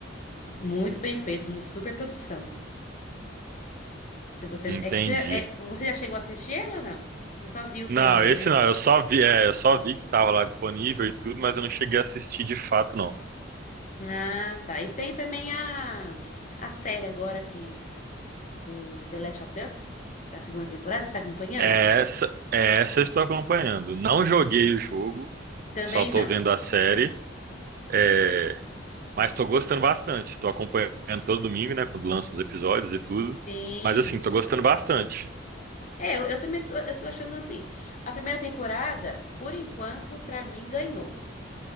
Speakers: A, on the left; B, on the right.
A: muito bem feito, mu- super produção. Se você,
B: Entendi.
A: é que você, é- você já chegou a assistir ele ou não? Você só viu o
B: Não,
A: trailer,
B: esse
A: né?
B: não, eu só vi, é, eu só vi que tava lá disponível e tudo, mas eu não cheguei a assistir de fato, não.
A: Ah, tá. E tem também a, a série agora aqui do The Last of Us, da segunda temporada, você tá acompanhando?
B: É essa, é essa eu estou acompanhando. Não joguei o jogo,
A: Também
B: só tô
A: não.
B: vendo a série. É, Mas tô gostando bastante. Tô acompanhando todo domingo, né? Quando lançam os episódios e tudo.
A: Sim.
B: Mas assim, tô gostando bastante.
A: É, eu, eu também tô, eu tô achando assim, a primeira temporada, por enquanto, pra mim, ganhou.